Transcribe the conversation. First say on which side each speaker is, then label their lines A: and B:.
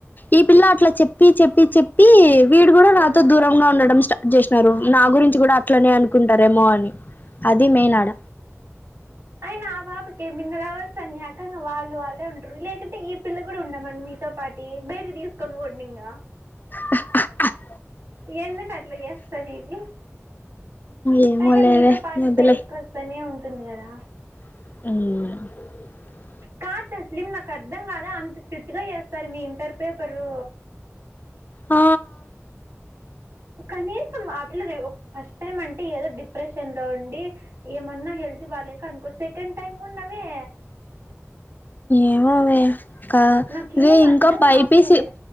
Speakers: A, on the left; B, on the right.
A: ఈ పిల్ల అట్లా చెప్పి చెప్పి చెప్పి వీడు గూడా నాతో
B: ఉమ్.
A: దూరంగా ఉండడం స్టార్ట్ చేసినారు నా గురించి కూడా అట్లనే అనుకుంటారేమో అని అది మెయిన్ ఆడ
B: అయినా ఆ పాప కెమిమింగ లవర్స్. అనంక వాళ్ళు వాళ్ళేఉంటరు రిలెటివ్ అంటే ఈ పిల్ల కూడా ఉండమను మీతో పాటి బయటికి తీసుకొని పోండింగ
A: హ్ హ్ హ్
B: ఎందుకట్లచెస్తది ఇది
A: ఏమో
B: అయినా
A: లేవే
B: మీతో పాటు
A: వదిలేయ్
B: బయటకు వస్తానే ఉంటుంది కదా
A: మ్మ్
B: కా స్లిమ్ నాకు అర్ధం కాదా అంత స్ట్రిక్ట్ గా చేస్తారు మీ ఇంటర్ పేపరు
A: ఆ
B: కనీసం ఆ పిల్ల ఫస్ట్ టైమ్ అంటే ఏదో డిప్రెషన్ లో ఉండి ఏమన్నా హెల్త్ బాలేక అనుకో సెకండ్ టైమ్ ఉన్నవే
A: ఏమోవే కాదే
B: నాకేం అర్ధం
A: ఇంకా బైపిసి
B: కాకుంది